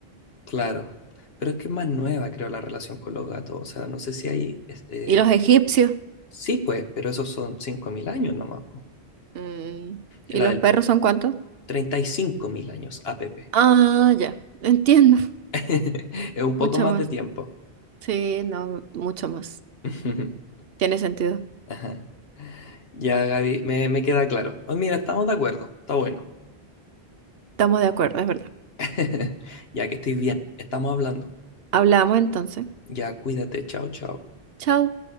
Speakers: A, on the left; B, on the right.
A: Claro, pero es que es más nueva, creo, la relación con los gatos. O sea, no sé si hay, este,
B: ¿Y los egipcios?
A: sí, pues, pero esos son 5.000 años nomás, po.
B: Mm, ¿Y
A: Es La
B: los
A: del
B: perros son cuántos?
A: 35.000 años, a APP.
B: Ah, ya. Entiendo.
A: <laughs> Es un poco
B: <laughs> Mucho
A: más
B: más.
A: de tiempo.
B: Sí, no, mucho más.
A: <laughs>
B: Tiene sentido.
A: Ajá. Ya, Gaby, me, me queda claro. Oh, mira, estamos de acuerdo, está bueno.
B: Estamos de acuerdo, es verdad.
A: <laughs> Ya que estoy bien, estamos hablando.
B: Hablamos entonces.
A: Ya, cuídate, chao, chao.
B: Chao.